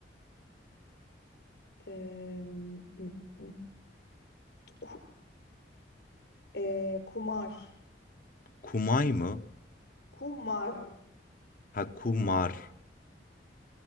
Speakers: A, on the left (about 65°); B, on the left (about 45°).
A: eee, ım, ım, ım, Ku- eee, Kumar,
B: kumay mı?
A: Kumar.
B: Ha kumar,